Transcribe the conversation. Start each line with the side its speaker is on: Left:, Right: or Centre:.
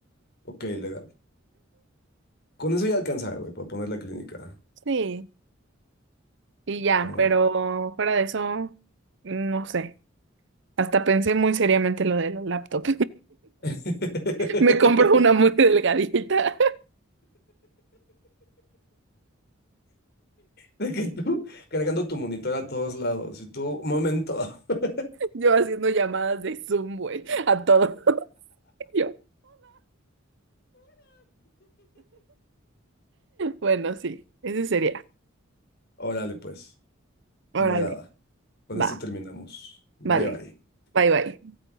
Left: Ok, legal. Con eso ya alcanza, güey, para poner la clínica.
Right: Sí, y ya,
Left: Cámara.
Right: pero fuera de eso, no sé. Hasta pensé muy seriamente lo de la laptop.
Left: <laughs>
Right: <laughs> Me compro una muy delgadita.
Left: De que tú cargando tu monitor a todos lados. Y tú, momento. <laughs>
Right: <laughs> Yo haciendo llamadas de Zoom, güey, a todo. <laughs> Yo, bueno, sí, ese sería.
Left: Órale, pues.
Right: Órale,
Left: Me agrada. Con
Right: va,
Left: esto terminamos. Bye,
Right: vale,
Left: bye.
Right: bye bye.